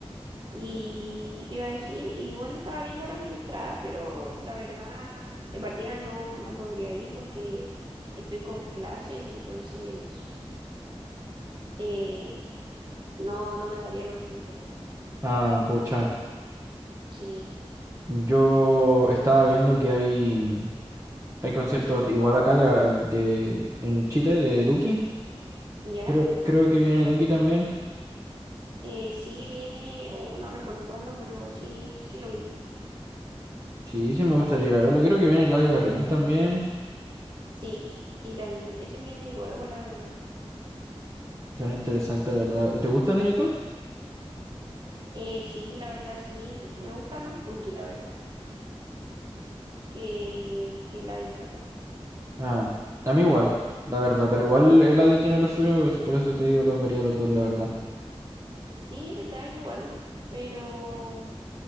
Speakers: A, on the right; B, on the right.
A: ¿Y qué te iba a decir? Y bueno, estaba viendo las entradas, pero la verdad, de partida no, no podría ir porque estoy con clases, entonces... Eh, no, no me daría los tiempos.
B: Ah, pucha.
A: Sí,
B: Yo estaba viendo que hay, hay conciertos igual acá de, ah, de- en Chile de Duki.
A: ¿ya?
B: Creo, creo que viene Duki también.
A: Eh, sí viene, o no recuerdo cuándo, pero sí, sí lo vi.
B: Sí, sí me gustaría ir a verlo. Creo que viene Eladio Carrión también.
A: Sí, sí también. Ese viene luego, la verdad.
B: Tan interesante, la verdad. ¿Y te gustan ellos dos?
A: Eh, sí, la verdad, sí. Me gusta más Duki, la verdad, que, que Eladio Carrión.
B: Ah, a mí igual, la verdad. Pero igual Eladio tiene lo suyo, es por eso te digo, los vería los dos, la verdad.
A: Sí, es verdad, yo igual, pero,